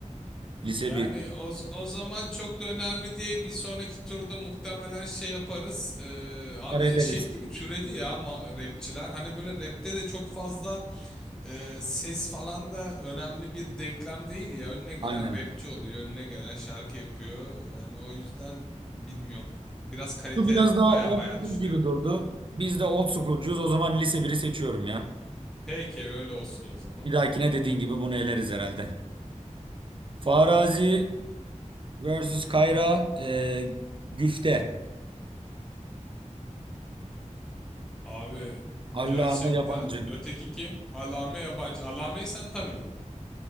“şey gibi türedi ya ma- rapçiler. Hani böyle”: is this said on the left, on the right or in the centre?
Centre